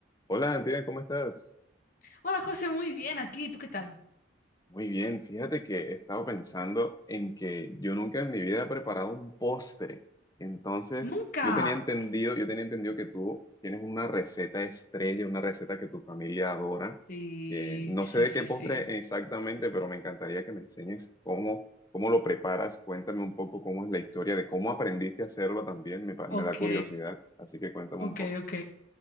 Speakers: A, on the left (about 20°); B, on the left (about 45°).
A: Hola, Antigua, ¿cómo estás?
B: Hola José, muy bien aquí. ¿Tú qué tal?
A: Muy bien, fíjate que he estado pensando en que yo nunca en mi vida he preparado un postre. Entonces,
B: Nunca.
A: yo tenía entendido, yo tenía entendido que tú tienes una receta estrella, una receta que tu familia adora.
B: Sí,
A: Eh, no
B: sí,
A: sé de
B: sí,
A: qué postre
B: sí.
A: exactamente, pero me encantaría que me enseñes cómo, cómo lo preparas. Cuéntame un poco cómo es la historia de cómo aprendiste a hacerlo también. Me, pa- me
B: Ok,
A: da curiosidad, así que cuéntame
B: ok,
A: un poco.
B: ok.